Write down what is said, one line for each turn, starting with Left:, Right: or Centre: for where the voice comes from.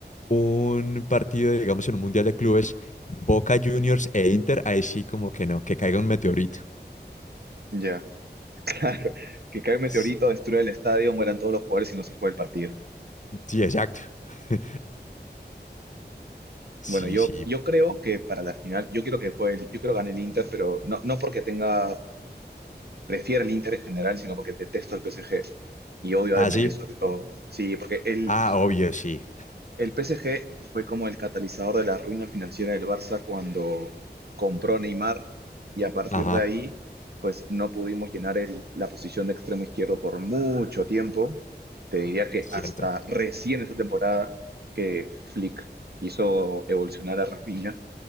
Left: un partido, digamos, en un Mundial de Clubes, Boca Juniors e Inter, ahí sí como que no, que caiga un meteorito.
Right: Ya, <laughs> Claro, que cae un meteorito,
Left: Sí,
Right: destruya el estadio, mueran todos los jugadores y no se juega el partido.
Left: sí, exacto. <laughs> Sí,
Right: Bueno, yo,
Left: sí.
Right: yo creo que para la final, yo quiero que juegue, el- yo quiero que gane el Inter, pero no, no porque tenga, prefiera el Inter en general, sino porque detesto al PSG y odio a
Left: Ah,
Right: Dembélé
Left: sí.
Right: sobre todo. Sí, porque el,
Left: Ah, obvio, sí.
Right: el PSG fue como el catalizador de la ruina financiera del Barça cuando compró a Neymar y a partir
Left: Ajá,
Right: de ahí, pues no pudimos llenar el- la posición de extremo izquierdo por mucho tiempo. Te diría que
Left: cierto.
Right: hasta recién esta temporada que Flick hizo evolucionar a Rafinha